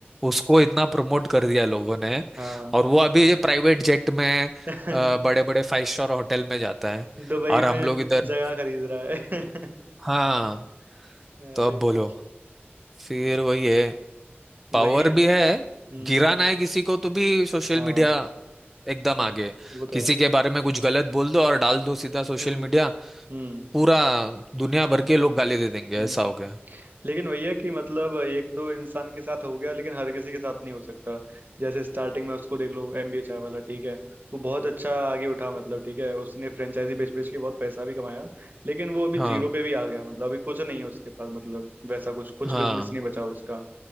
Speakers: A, in the centre; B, on the right.
A: उसको इतना प्रमोट कर दिया लोगों ने
B: <laughs> हाँ
A: और वो अभी ये प्राइवेट जेट में
B: <laughs>
A: बड़े बड़े फाइव स्टार होटल में जाता है
B: दुबई
A: और हम
B: में
A: लोग इधर
B: जगह खरीद रहा है <laughs>
A: हाँ
B: अरे
A: तो अब बोलो
B: यार
A: फिर वही है पावर
B: वही
A: भी है
B: हम्म
A: गिराना है किसी को तो भी सोशल
B: हाँ
A: मीडिया एकदम
B: हाँ,
A: आगे है।
B: वो तो
A: किसी
B: है
A: के बारे में कुछ गलत बोल दो और डाल दो सीधा सोशल
B: हम्म
A: मीडिया
B: हम्म
A: पूरा दुनिया भर के लोग गाली दे देंगे
B: हम्म
A: ऐसा हो गया है।
B: लेकिन भैया कि मतलब एक दो इंसान के साथ हो गया लेकिन हर किसी के साथ नहीं हो सकता जैसे स्टार्टिंग में उसको देख लो एमबीए चाय वाला ठीक है वो बहुत अच्छा आगे उठा मतलब ठीक है उसने फ्रेंचाइजी बेच बेच के बहुत पैसा भी कमाया लेकिन वो अभी
A: हाँ
B: जीरो पे भी आ गया मतलब अभी कुछ नहीं है उसके पास मतलब वैसा कुछ कुछ
A: हाँ
B: बिजनेस नहीं बचा उसका